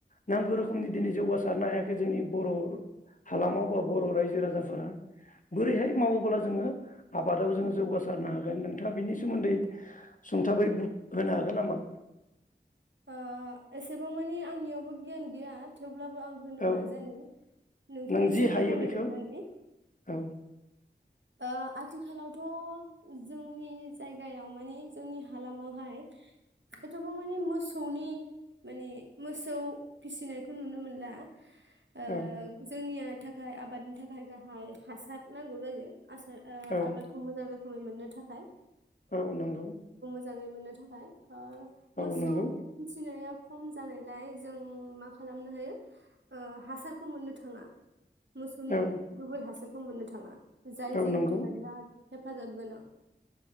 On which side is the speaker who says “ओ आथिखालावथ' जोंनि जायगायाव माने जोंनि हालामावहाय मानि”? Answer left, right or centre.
Right